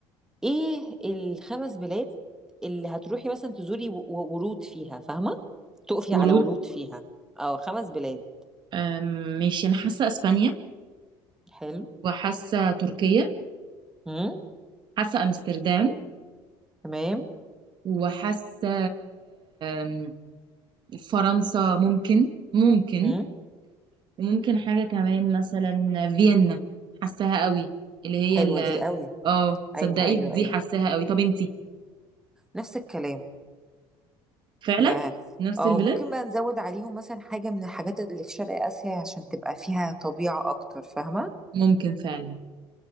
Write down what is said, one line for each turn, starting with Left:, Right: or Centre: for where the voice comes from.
Centre: ايه الخمس بلاد اللي هتروحي مثلا تزوري و- و- ورود فيها فاهمة تقفي
Right: ورود
Centre: على ورود فيها اه خمس بلاد
Right: آم، ماشي انا حاسه اسبانيا
Centre: حلو
Right: وحاسه تركيا
Centre: امم
Right: حاسه امستردام
Centre: تمام
Right: وحاسه آم، فرنسا ممكن ممكن
Centre: امم
Right: وممكن حاجة كمان مثلا فيينا حاساها قوي اللي هي
Centre: حلوة
Right: ال
Centre: دي قوي
Right: اه صدقي
Centre: ايوه ايوه
Right: دي
Centre: ايوه
Right: حاساها قوي طب انتي
Centre: نفس الكلام
Right: فعلا
Centre: ما
Right: نفس
Centre: او
Right: البلاد
Centre: ممكن بقى نزود عليهم مثلا حاجة من الحاجات اللي في شرق آسيا عشان تبقى فيها طبيعة اكتر فاهمة
Right: ممكن فعلا